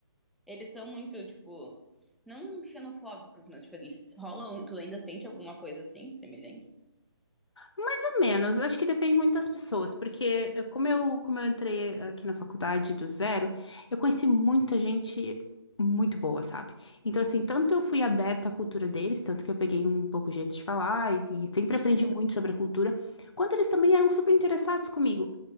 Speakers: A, in the centre; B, on the left (about 85°).
A: eles são muito, tipo, não xenofóbicos, mas, tipo, eles rolam, tu ainda sente alguma coisa assim, semelhante?
B: Mais ou menos, acho que depende muito das pessoas, porque eh, como eu, como eu entrei eh, aqui na faculdade do zero, eu conheci muita gente muito boa, sabe? Então, assim, tanto eu fui aberta à cultura deles, tanto que eu peguei um pouco o jeito de falar e, e sempre
A: Uhum.
B: aprendi muito sobre a cultura, quanto eles também eram super interessados comigo.